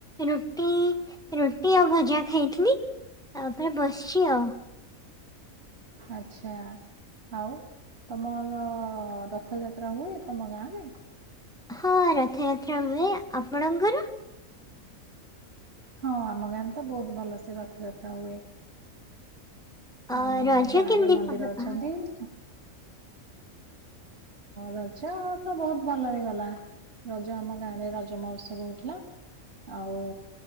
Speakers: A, in the centre; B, on the right.
A: ରୁଟି, ରୁଟି ଆଉ ଭଜା ଖାଇଥିଲି। ତା ଆପେ ବସଛି ଆଉ।
B: ଆଛା। ଆଉ ତମର ରଥଯାତ୍ରା ହୁଏ, ତମ ଗାଁ ରେ?
A: ହଁ ରଥଯାତ୍ରା ହୁଏ ଆପଣଙ୍କର?
B: ହଁ ଆମ ଗାଁରେ ତ ବହୁତ ଭଲ ସେ ରଥଯାତ୍ରା ହୁଏ।
A: ଅ
B: ଆମ
A: ରଜ
B: ଗାଁ
A: କେମିତି
B: ରେ ମନ୍ଦିର
A: ପାଳ
B: ଅଛନ୍ତି
A: ଅ
B: ଅ ରଜ ତ ବହୁତ ଭଲରେ ଗଲା। ରଜ ଆମ ଗାଁରେ ରଜ ମହୋତ୍ସବ ହଉଥିଲା। ଆଉ